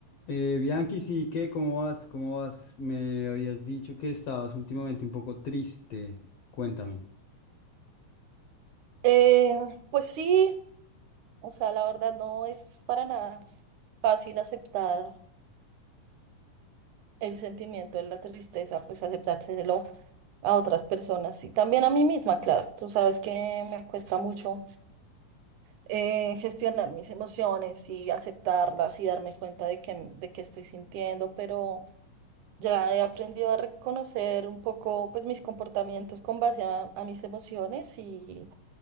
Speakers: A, on the left; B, on the right.
A: Eh, Bianchi, sí, ¿qué? ¿Cómo vas? ¿Cómo vas? Me habías dicho que estabas últimamente un poco triste. Cuéntame.
B: Eh, pues sí, o sea, la verdad no es para nada fácil aceptar el sentimiento de la tristeza, pues aceptárselo a otras personas y también a mí misma, claro. Tú sabes que me cuesta mucho eh, gestionar mis emociones y aceptarlas y darme cuenta de que, de que estoy sintiendo, pero ya he aprendido a reconocer un poco, pues, mis comportamientos con base a a mis emociones y